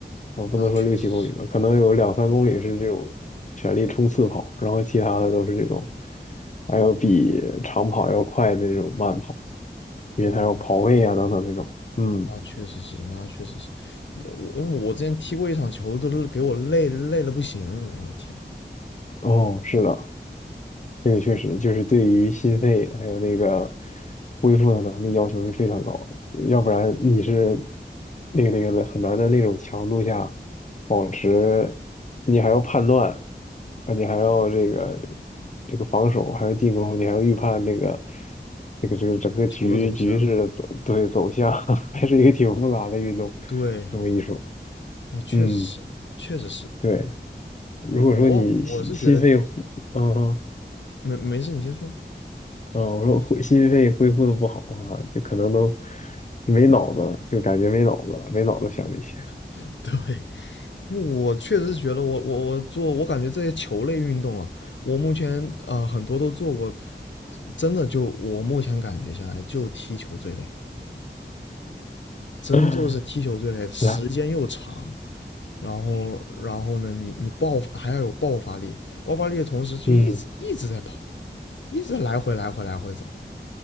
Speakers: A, on the left; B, on the left.
A: 啊，不能说六七公里吧，
B: 那确实是，
A: 可能有两三公里是这种全力冲刺跑，然后其他的都是这种还有比长跑要快的那种慢跑，因为他有跑位啊等等这种，
B: 哦，
A: 嗯，
B: 那确实是，那确实是，我因为我之前踢过一场球，都给我累累的不行，我的天。
A: 哦，是的，这个确实就是对于心肺还有那个恢复的能力要求是非常高的，要不然你是那个那个的很难的那种强度下保持，你还要判断啊，你还要这个这个防守，还要进攻，你还要预判这个这个这个整个局局势的走对走向，
B: 球的走向。
A: <laughs> 还是一个挺复杂的运动，
B: 对，
A: 这么一说，
B: 哎，确实是，
A: 嗯，
B: 确实是
A: 对，如果说你心心肺，
B: 我我我是觉得
A: 嗯。
B: 没没事，你先说。
A: 啊、我说恢心肺恢复的不好啊，就可能都就没脑子了，就感觉没脑子了，没脑子想这些。
B: <laughs> 对，因为我确实是觉得我我我做我感觉这些球类运动啊，我目前啊、呃很多都做过，真的就我目前感觉下来就踢球最累，真就是踢球最累，
A: <laughs> <clears throat>
B: 时间又长，
A: 来，
B: 然后然后呢，你你爆还要有爆发力，爆发力的同时就一直一直在跑，
A: 嗯，
B: 一直来回来回来回走，